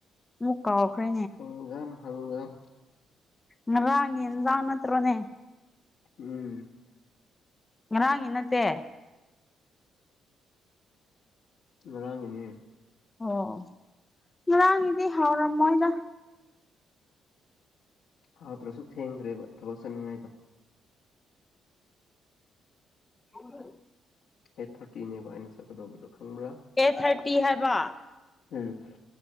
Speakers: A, on the left; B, on the left.
A: ꯑꯃꯨꯛ ꯀꯥꯎꯈ꯭ꯔꯦ
B: ꯐꯪꯒꯥꯝ ꯍꯪꯒꯥꯝ
A: ꯉꯔꯥꯡꯒꯤ ꯏꯟꯖꯥꯡ ꯅꯠꯇ꯭ꯔꯣꯅꯦ
B: ꯎꯝ
A: ꯉꯔꯥꯡꯒꯤ ꯅꯠꯇꯦ
B: ꯉꯔꯥꯡꯒꯤꯅꯦ
A: ꯑꯣ ꯉꯔꯥꯡꯒꯤꯗꯤ ꯍꯥꯎꯔꯝꯃꯣꯏꯗ
B: ꯍꯥꯎꯇ꯭ꯔꯁꯨ ꯊꯦꯡꯒ꯭ꯔꯦꯕ ꯊꯕꯛ ꯆꯠꯅꯉꯥꯏꯗꯣ
A: ꯑꯒꯨ
B: ꯑꯩꯠ ꯊꯥꯔꯇꯤꯅꯦꯕ ꯑꯩꯅ ꯆꯠꯀꯗꯧꯕꯗꯣ ꯈꯪꯕ꯭ꯔꯥ
A: ꯑꯦꯠ ꯊꯥꯔꯇꯤ ꯍꯥꯏꯕ
B: ꯎꯝ